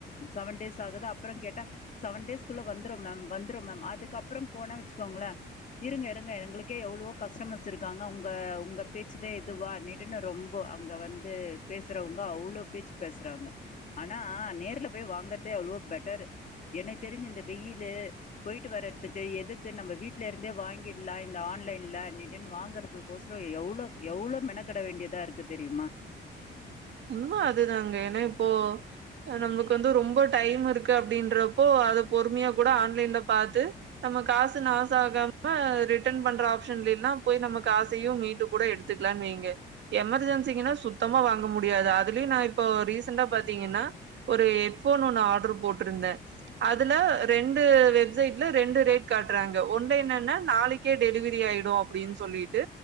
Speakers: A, on the left; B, on the right.
A: செவன் டேஸ் ஆகுது அப்புறம் கேட்டா செவன் டேஸ்க்குள்ள வந்துரும் மேம் வந்துரும் மேம் அதுக்கு அப்புறம் போனா வெச்சுக்கோங்களேன் இருங்க இருங்க எங்களுக்கே எவ்வளவோ கஸ்டமர்ஸ் இருக்காங்க உங்க உங்க பேச்சுதான் இதுவா நெ ட்டுனு கரொம்ப அங்க வந்து பேசுறவங்க அவ்வளோ பேச்சு பேசுறாங்க ஆனா நேர்ல போய் வாங்குறதே அவ்ளோ பெட்டர் எனக்கு தெரிஞ்சு இந்த வெயிலு போயிட்டு வர்றதுக்கு எதுக்கு நம்ம வீட்டுல இருந்தே வாங்கிடலாம் இந்த ஆன்லைன்ல அண்ணிட்டுன்னு வாங்கறது கோசரம் எவ்வளவு எவ்வளோ மெனக்கெட வேண்டியதா இருக்கு தெரியுமா
B: உண்மா அதுதாங்க ஏன்னா இப்போ நம்மளுக்கு வந்து ரொம்ப டைம் இருக்கு அப்படின்றப்போ அத பொறுமையா கூட ஆன்லைன்ல பாத்து நம்ம காசு நாசக்காக ரிட்டன் பண்ற ஆப்ஷன்லல்லாம் போய் நம்ம காசையும் மீட்டு கூட எடுத்து இருக்கலான்னு வெங்க எமர்ஜென்சிக்குனா சுத்தமா வாங்க முடி முடியாது அதுலயும் நான் இப்போ ரீசண்டா பாத்தீங்கன்னா ஒரு ஹெட்போன் ஒண்ணு ஆர்டரு போட்டிருந்தேன் அதுல ரெண்டு வெப்சைட்ல ரெண்டு ரேட் காட்டுறாங்க ஒன்ன என்னன்னா நாளைக்கு நாளைக்கே டெலிவரி ஆயிடும் அப்படின்னு சொல்லிட்டு